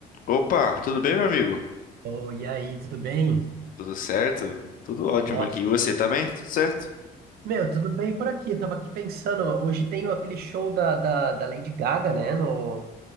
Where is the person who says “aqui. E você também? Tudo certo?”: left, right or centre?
Left